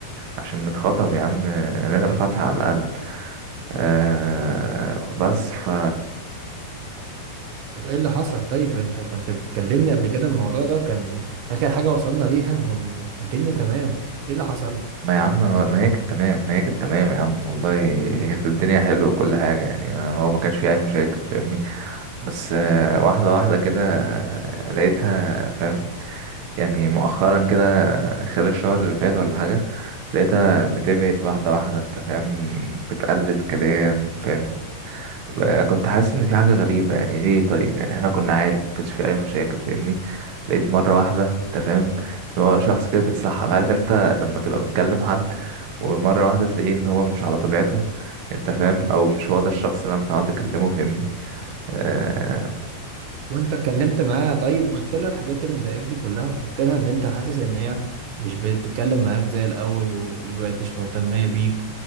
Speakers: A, on the right (about 70°); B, on the right (about 85°).
A: عشان نتخطب يا عم نقرا فاتحة على الاقل أه بس ف
B: طب ايه اللي حصل طيب انت كنت بتكلمني قبل كده الموضوع ده كان اخر حاجه وصلنا ليها ان الدنيا تمام ايه اللي حصل
A: ما يا عم ما هي كانت تمام ما هي كانت تمام يا عم والله هي كانت الدنيا حلوة وكل حاجة يعني هو ما كانش فيه أي مشاكل فاهمني بس آه، واحدة واحدة كده آه، لقيتها فاهم يعني مؤخرا كده خلال الشهر اللي فات ولا حاجة لقيتها بتبعد واحدة واحدة انت فاهم بتقلل كلام فاهم بقى كنت حاسس ان في حاجة غريبة يعني ليه طيب يعني احنا كنا عادي مكانش في اي مشاكل فاهمني لقيت مرة واحدة انت فاهم ان هو شخص كده بيتسحب عارف انت لما تبقى بتكلم حد ومرة واحدة تلاقيه ان هو مش على طبيعته انت فاهم او مش هو ده الشخص اللي انا متعود اكلمه فاهمني أه
B: وانت اتكلمت معاها طيب قلت لها الحاجات اللي مضايقاك دي كلها قلت لها ان انت حاسس ان هي مش بقت تتكلم معاك زي الاول و- وبقت مش مهتمية بيك